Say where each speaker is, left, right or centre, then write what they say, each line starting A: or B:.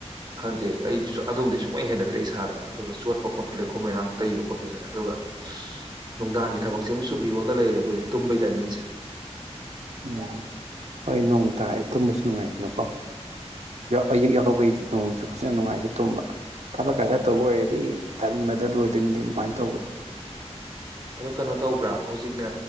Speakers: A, on the right (about 40°); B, on the right (about 70°).
A: ꯍꯪꯗꯤ ꯑꯩꯒꯤꯁꯨ ꯑꯗꯣꯝꯗꯤ ꯁꯨꯡꯂꯩ ꯍꯦꯟꯅꯗ꯭ꯔꯦ ꯏꯁꯥꯗ ꯑꯗꯨꯒ ꯆꯣꯠꯄ ꯈꯣꯠꯄ ꯂꯩꯈꯣꯝ ꯂꯩꯔꯥꯡ ꯇꯩꯕ ꯈꯣꯠꯄꯁꯦ ꯑꯗꯨꯒ ꯅꯨꯡꯗꯥꯡꯒꯤ ꯊꯕꯛꯁ ꯁꯨꯕꯤꯔꯣꯑꯣꯗ ꯂꯩꯔꯦ ꯑꯩꯈꯣꯏꯗꯤ ꯇꯨꯝꯕꯒꯤ ꯇꯥꯏꯃꯤꯡꯁꯦ
B: ꯎꯝ ꯍꯣꯏ ꯅꯣꯡ ꯇꯥꯔꯑꯦ ꯇꯨꯝꯕꯁꯨ ꯅꯨꯡꯉꯥꯏꯗꯅꯀꯣ ꯑꯏ ꯌꯥꯕꯩꯣꯡ ꯑꯁꯨ ꯐꯖꯅ ꯅꯨꯡꯉꯥꯏꯖ ꯇꯨꯝꯕ ꯊꯕꯛꯀ
A: ꯎꯝ
B: ꯈꯔ ꯇꯧꯕ ꯑꯣꯏꯔꯗꯤ ꯇꯟꯕꯗ ꯂꯣꯏꯗꯣꯏꯅ ꯑꯗꯨ ꯑꯗꯨꯃꯥꯏꯅ ꯇꯧꯕꯗꯣ
A: ꯑꯗꯣ ꯀꯩꯅꯣ ꯇꯧꯕ꯭ꯔꯥ ꯍꯧꯖꯤꯛꯅꯦ